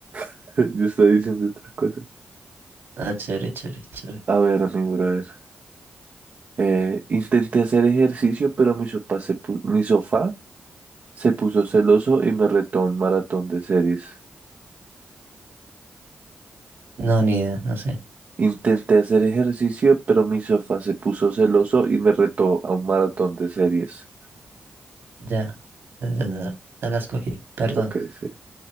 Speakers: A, on the right (about 55°); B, on the right (about 75°).
A: <laughs> Yo estoy diciendo otra cosa.
B: Ah, chévere, chévere, chévere.
A: A ver, mi brother. Eh, intenté hacer ejercicio, pero mi sopa se pu- mi sofá Se puso celoso y me retó a un maratón de series.
B: No, ni idea, no sé.
A: Intenté hacer ejercicio, pero mi sofá se puso celoso y me retó a un maratón de series.
B: Ya, ya, ya, ya ya las cogí, perdón.
A: Ok, sí.